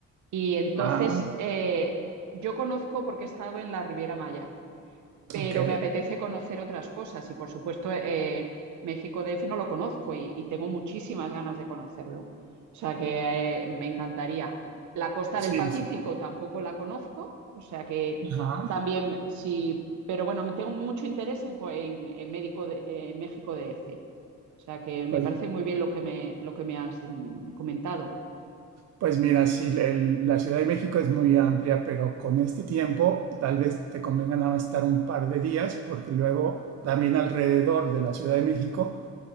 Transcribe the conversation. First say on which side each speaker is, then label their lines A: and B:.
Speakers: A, on the right; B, on the right.
A: Y entonces
B: Ah,
A: eh, yo conozco porque he estado en la Riviera Maya pero
B: ok.
A: me apetece conocer otras cosas y por supuesto eh, eh, México DF no lo conozco y, y, tengo muchísimas ganas de conocerlo. O sea que eh, me encantaría. La costa
B: Sí,
A: del Pacífico
B: sí.
A: tampoco la conozco, o sea que
B: Ajá.
A: también sí, pero bueno, tengo mucho interés en, co- en, en, médico de, en México DF. O sea que me
B: Pues,
A: parece muy bien lo que me, lo que me has mm, comentado.
B: pues mira, sí, la el- la Ciudad de México es muy amplia, pero con este tiempo tal vez te convenga nada más estar un par de días, porque luego también alrededor de la Ciudad de México